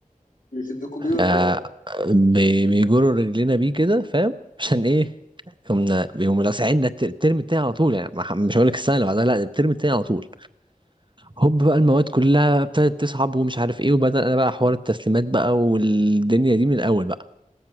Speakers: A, on the left; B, on the right.
A: بيشدكوا بيه ولا
B: آه
A: ايه؟
B: بي- بيجروا رجلينا بيه كده فاهم عشان ايه كنا بيقوموا لاسعيننا الت- الترم التاني على طول يعني ما ح- مش هقول لك السنه اللي بعدها لا الترم التاني على طول هوب بقى المواد كلها ابتدت تصعب ومش عارف ايه وبدا انا بقى حوار التسليمات بقى والدنيا دي من الاول بقى